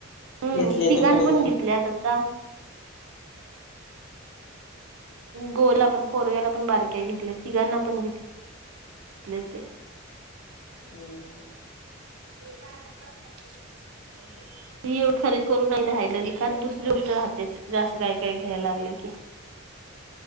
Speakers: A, on the right; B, on the left.
A: हम्म
B: घेतले
A: तिघां
B: ते बर
A: पण
B: झालं.
A: घेतल्यात आता गोला पण पोरग्याला पण बारक्या घेतल्या तिघांना पण घेतले ते.
B: हम्म हम्म.
A: <inaudible> ती एक खरेदी करून नाही राहिल एखादं दुसरी गोष्ट राहतेच. जास्त काय काय घ्यायला लागलं की.